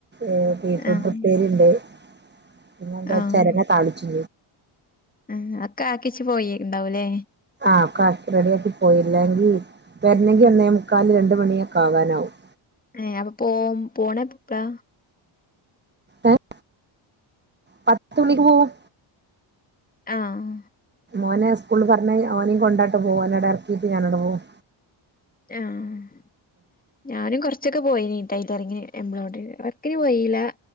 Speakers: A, on the right (about 20°); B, on the left (about 15°).
A: ഏഹ് ബീറ്റ്റൂട്ട്
B: ആഹ്
A: ഉപ്പേരിയുണ്ട് പിന്നെന്താ
B: ആഹ്
A: ചെരങ്ങ താളിച്ചു
B: ആഹ് ഒക്കെ ആക്കിവെച്ച് പോയി ഇണ്ടാവൂല്ലേ
A: ആഹ് ഒക്കെ ആക്കി റെഡി ആക്കി പോയിഇല്ലെങ്കിൽ വരുന്നെങ്കിൽ
B: ഉം
A: ഒന്നേ മുക്കാല് രണ്ടു മണിയക്കെകാനാവും
B: ഏഹ് അപ്പൊ പോ പോണെപ്പളാ
A: ഏഹ് പത്ത് മണിക്ക് പോവും
B: ആഹ്
A: ഓനെ സ്കൂളിൽ പറഞ്ഞ് ഓനെയും കൊണ്ടോട്ട് പോവും ഓനവിടെ ഇറക്കിട്ട് ഞാന് അവിടെ പോകും
B: ആഹ് ഞാനും കൊറ കുറച്ചൊക്കെ പോയിനി ടൈലറിങ് എംബ്രോയിഡറി വർക്കിന് പോയില്ല